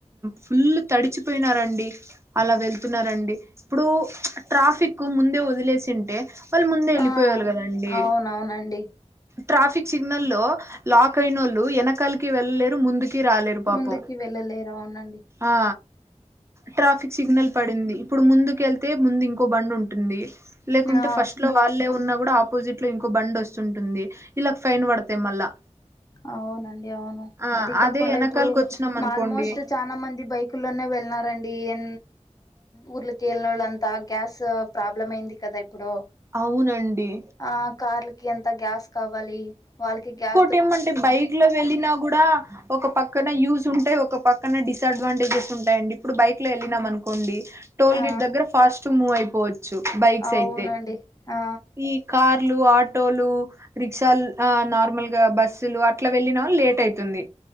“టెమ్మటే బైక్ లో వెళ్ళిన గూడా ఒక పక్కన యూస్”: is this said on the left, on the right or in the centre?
Right